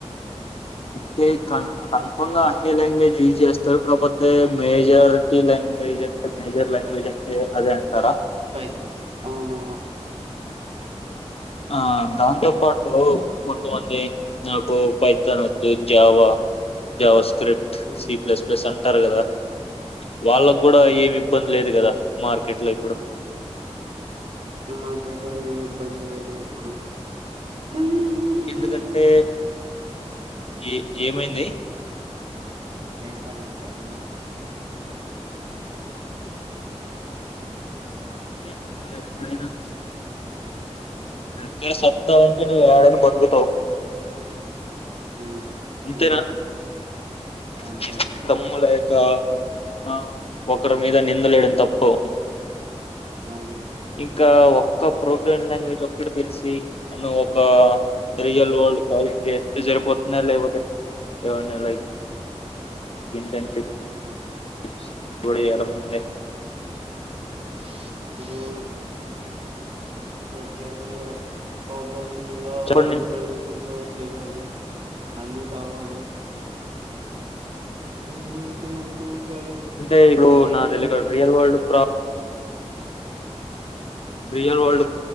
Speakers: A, on the left; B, on the right.
A: అంటే కన్ కన్ఫంగా అన్ని లాంగ్వేజ్ డీల్ చేస్తారు కాపో తే మెజారిటీ లాంగ్వేజె మేజర్ లాంగ్వేజ్ అంటే అదంటారా
B: పై అవును
A: ఆ దాంతో పాటు కొంతమంది నాకు పైతాన్ వద్దు జావ జావస్ స్క్రిప్ట్
B: ఉమ్
A: సి ప్లస్ ప్లస్ అన్ టారు కదా వాళ్ళకు
B: ఉమ్
A: కూడా ఏవి ఇబ్బంది లేదు కదా మార్కెట్ లో ఇప్పుడు
B: మార్కెట్లో ఏమి ఇబ్బంది లేదు ఇప్పుడు హ్మ్
A: ఎందుకంటే ఏ ఏమైంది
B: ఏం కాలేదు చెప్పండి
A: ఫరిర మీ ఎక్కడైనా
B: హలో
A: <inaudible> కే సత్తా ఉంటే నువ్వు ఏడని బతుకుతావు
B: మ్మ్షఅవును
A: అంతేనా
B: అంతే
A: నీ దగ్గర
B: అండి
A: దమ్ము లేక ఆ ఒకరి
B: హ్మ్
A: మీద నిందలేయడం తప్ పో
B: అవును
A: ఇంకా ఒ క్క ప్రోగ్రామ్ లాంగ్వేజ్ ఒక్కటి తెలిసి ను ఒక రియల్ వరల్డ్ ప్రాజెక్ట్ చేస్తు చేయపోతున్నా లేకపోతే ఏవన్నా లైక్ <unintelligible> <unintelligible>
B: <unintelligible> లో చెయ్యాలిగ గౌతమ్ మద
A: చెప్పండి
B: ఇంటర్వ్యూ చేయాలి అన్నీ కావాలి ఎన్ను దు ఇప్పుడు చాలా
A: టే ఇప్పుడు
B: దేని
A: నా తెలియక
B: మీద
A: <unintelligible>
B: ది-
A: రియల్ వరల్డ్ ప్ర రిజర్వుడ్